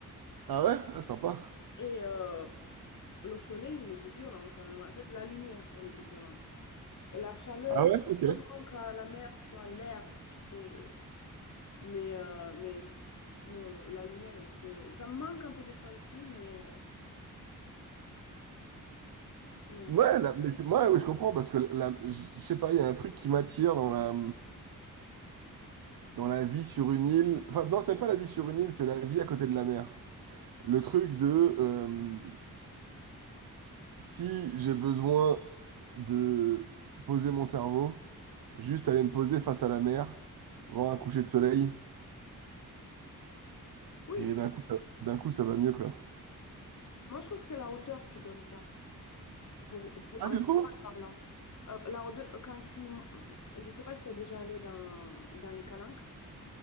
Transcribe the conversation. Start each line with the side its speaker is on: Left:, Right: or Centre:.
Right: Ah ouais? Ah, sympa.
Left: Et euh, le soleil, il était violent quand même. En fait, la lumière, elle était violente. La chaleur,
Right: Ah ouais? Ok.
Left: heureusement qu'à la mer, tu as l'air, tu sais. le- Mais, euh, mais pff, non, le- la lumière, elle était... Ça me manque un peu des fois ici, mais euh, non.
Right: Ouais, là, mais c'est... Moi, oui, je comprends, parce que là, je je sais pas, il y a un truc qui m'attire dans la... dans la vie sur une île. Enfin, non, c'est pas la vie sur une île, c'est la vie à côté de la mer. Le truc de... euh, Si j'ai besoin de poser mon cerveau, juste aller me poser face à la mer, voir un coucher de soleil,
Left: Oui,
Right: et d'un coup, ça- d'un coup, ça va mieux, quoi.
Left: moi je trouve que c'est la hauteur qui donne ça. Pour, pour,
Right: Ah,
Left: en
Right: tu
Left: général
Right: trouves?
Left: parlant. Euh, là, au deux- quand tu... Je sais pas si tu es déjà allé dans, dans les calanques.